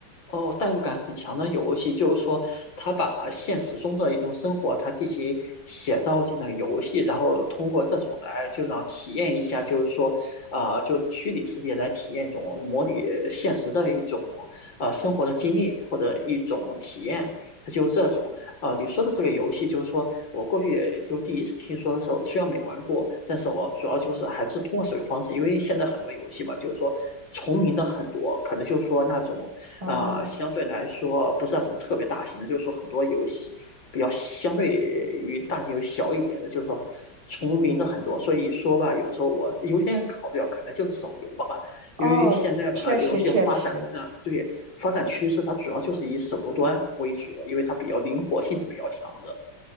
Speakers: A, on the left; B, on the right.
A: 哦，代入感很强的游戏，就是说，他把现实中的一种生活，他进行写照进了游戏，然后通过这种来就让体验一下，就是说，啊、就是虚拟世界来体验一种模拟现实的一种呃生活的经历或者一种体验，它就这种。呃，你说的这个游戏，就是说我过去就第一次听说的时候，虽然没玩过，但是我主要就是还是通过手游方式，因为现在很多游戏嘛，就是说重名的很多，可能就是说那种。
B: 哦
A: 啊，相对来说不是那种特别大型的，就是说很多游戏比较相对于大型游戏小一点的，就是说重名的很多。所以说吧，有时候我优先考虑啊，可能就是手游吧，
B: 哦，
A: 因为现在吧，
B: 确实确实。
A: 游戏发展啊，对发展趋势，它主要就是以手游端为主，因为它比较灵活性是比较强的。